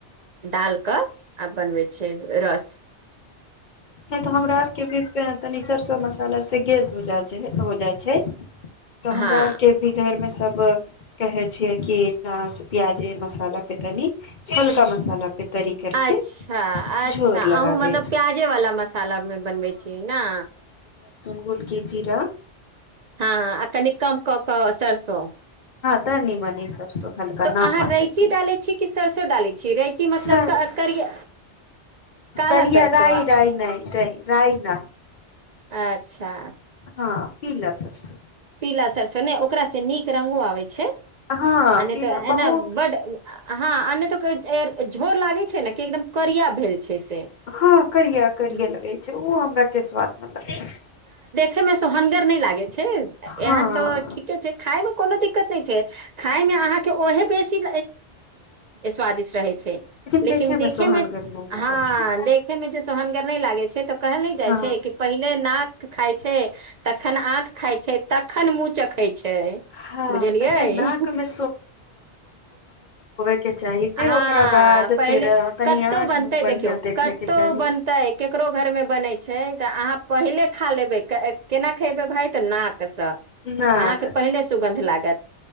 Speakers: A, on the right; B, on the left.
A: डाल कऽ आब बनबै छै रस
B: नहि तो हमरा आरके भी तनी सरसो मसाला से गेस हो जा हो जाइ छै तऽ हमरा
A: हँ
B: आरके भी घर मे सब कहे छियै कि ना प्याजे मसाला पे तनी हल्का मसाला पे तरी करके
A: अच्छा अच्छा
B: झोर लगाबे
A: आहूँ मतलब
B: के
A: प्याजेवला मसालामे बनबै छियै ने
B: गोलकी जीरा
A: हँ आ कनि कम कऽ कऽ सरसो
B: तनी मनी सरसों हलका
A: तऽ
B: नाम
A: अहाँ
B: मात्रके
A: रैची डालै छी कि सरसो डालै छी रैची मतलब
B: सर
A: करिय काला
B: करीया
A: सरसो
B: राई राय नै राइ राय नै
A: आच्छा
B: हां पीला सरसों
A: पीला सरसों ने चकरा से नीक रंगों आवै छै
B: हँ
A: आ नहि
B: पीला
A: तऽ एना
B: बहुत
A: बड आ हा नहि तऽ झोर लगै छै ने की एक दम करीया भेल छै से
B: हां करीया करीया
A: हूँ
B: लगै छै उ हमरा के स्वाद नै पसंद
A: देखै मे सोहनगर नहि लागै छै
B: हँ
A: एहन तऽ ठीके छैय खाइमे कोनो दिक्कत नै छै खाय मे अहाँ के ओहने बेसी स्वादीष्ट लगैत छै छै
B: देखे
A: लेकिन देखैमे
B: मे सोहानगर नहि लागे
A: हां
B: छै
A: देखैय में तऽ सुहनगर नै लागै छै तऽ कहल नै जाय
B: हँ
A: छै पहिले ना तऽ खाय छै तखन आंखि खाय छै तहन मुँह चखै छै
B: हां
A: बुझलियै
B: पहिले नाक मे <unintelligible> फेर
A: हां
B: ओकरा बाद
A: पहले
B: फेर तनि
A: कतो
B: आँख
A: बनतै
B: मे बढ़िया
A: देखियो‌
B: देखे
A: कतो
B: के चाही
A: बनतै ककरो घर मे बनतै छै अहाँ पहिले खा लेबै क केना खैबै भाई तऽ नाक अहाँ
B: न
A: के पहिले सुगंध लागत